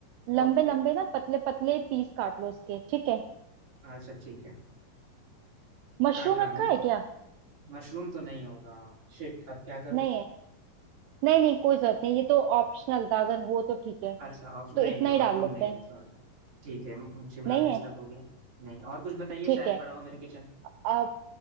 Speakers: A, on the right; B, on the right.
A: लंबे
B: ओके
A: लंबे ना पतले पतले पीस काट लो उसके ठीक है
B: अच्छा ठीक है
A: मशरूम
B: काट रहा
A: रखा
B: हूँ
A: है क्या
B: मशरूम तो नहीं होगा शिट अब क्या करूँ
A: नहीं है नहीं नहीं कोई जरूरत नहीं ये तो ऑप्शनल था अगर हो तो ठीक है
B: अच्छा ऑफ नहीं
A: तो इतना
B: नहीं
A: ही डाल
B: मशरूम
A: लेते
B: नहीं
A: हैं
B: है सॉरी ठीक है म- शिमला
A: नहीं
B: मिर्च
A: है
B: तक हो गया नहीं और कुछ बताइए
A: ठीक
B: शायद
A: है
B: पड़ा हो मेरे किचन में
A: अब